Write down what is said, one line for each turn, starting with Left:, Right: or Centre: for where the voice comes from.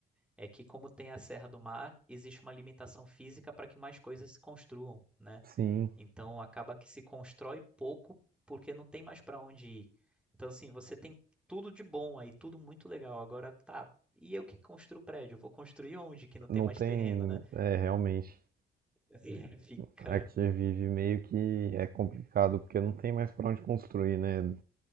Centre: é que como tem a Serra do Mar, existe uma limitação física para que mais coisas se construam, né?
Right: sim.
Centre: Então acaba que se constrói pouco porque não tem mais para onde ir. Então assim, você tem tudo de bom aí, tudo muito legal. Agora tá, e eu que construo prédio, eu vou construir onde que não tem
Right: Não
Centre: mais
Right: tem,
Centre: terreno, né?
Right: é, realmente.
Centre: Assim, <laughs> fica,
Right: A vive meio que é complicado, porque não tem mais para onde construir, né?